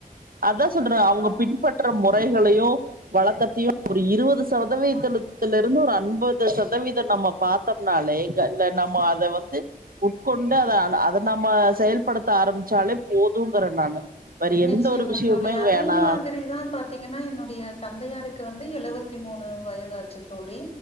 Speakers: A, on the right; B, on the left.
A: அதா சொல்ற அவுங்க
B: ஆ
A: பின்பற்ற முறைகளையு வழக்கத்தையு ஒரு இருவது சதவீதத்துல இருந்து ஒரு அம்பது சதவீத நம்ம பாத்தம்னாலே இங்க இல்ல நம்ம அத வந்து உட்கொண்டு அத அத அத நம்ம செயல்படுத்த ஆரம்பிச்சாலே போதுங்கற நானு வேற
B: நிச்சயமா
A: எந்த ஒரு விஷயமுமே
B: தோழி அதே
A: வேணா
B: மாதிரிதா பாத் திங்கன்னா என்னுடைய தந்தையாருக்கு வந்து எழுவத்தி மூணு வயதாச்சி தோழி